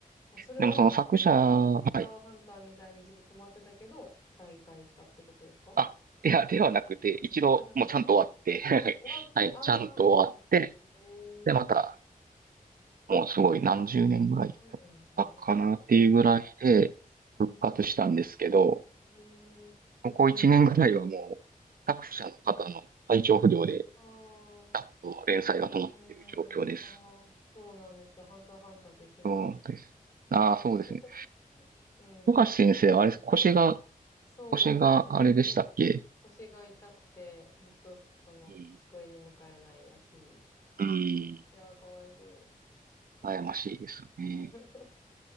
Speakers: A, on the left; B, on the right.
A: まあ、それは、
B: でもその作者、はい。
A: ハンター、ハンターみたいに一度止まってたけど、再開したってことですか
B: あ、いや、ではなくて、一度、
A: あ、ではなくて。
B: もうちゃんと終わって、<laughs>
A: あ、終わって、
B: はい、
A: ああ、
B: ちゃんと終わって、
A: はいはい。へえ。
B: で、また、もうすごい何十年ぐらい経ったかなっていうぐらいで復活したんですけど、
A: あ、そうなるんですね。すごい。うんうん。うんうん。ええ、
B: ここ一年ぐらいはもう、
A: 知らなかっ
B: 作者の方の体調不良で、
A: た。うんうん。ああ、
B: ちょっと連載が止まっている状況です。
A: うんん。ああ、そうなんです。ハンターハンターと一緒ですね。
B: そうです。ああ、
A: <laughs>
B: そうですね。
A: うん。
B: 富樫先生、あれ、
A: うん
B: 腰が、
A: そうらしいですね。
B: 腰があれでしたっけ
A: 腰が痛くて、ずっとそその机に向かえないらしい。
B: うんうん。
A: いやー、かわいそう。いやー、
B: 悩ましいですよね。
A: <laughs>